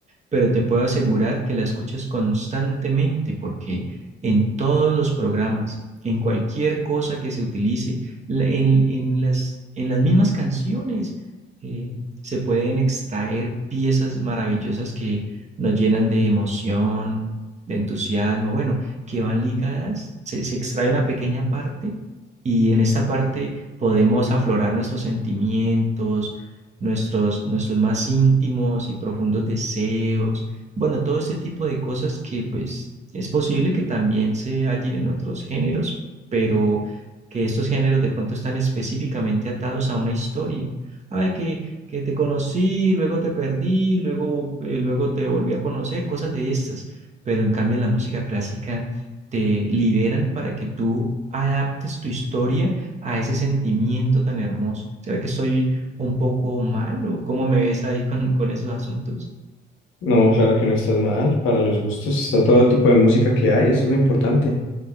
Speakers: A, on the right; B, on the left.
A: pero te puedo asegurar que la escuchas constantemente porque en todos los programas, en cualquier cosa que se utilice, la- en, en las, en las mismas canciones, eh, se pueden extraer piezas maravillosas que nos llenan de emoción de entusiasmo, bueno, que van ligadas, se, se extrae una pequeña parte y en esta parte podemos aflorar nuestros sentimientos, nuestros, nuestros más íntimos y profundos deseos, bueno, todo este tipo de cosas que pues es posible que también se hallen en otros géneros, pero que estos géneros de pronto están específicamente atados a una historia. Ay, que, que te conocí, luego te perdí, luego, eh, luego te volví a conocer, cosas de estas pero en cambio en la música clásica te liberan para que tú adaptes tu historia a ese sentimiento tan hermoso. ¿Será que estoy un poco mal o cómo me ves ahí con, con esos asuntos?
B: No, claro que no estás mal. Para los gustos está todo el tipo de música que hay, eso es lo importante.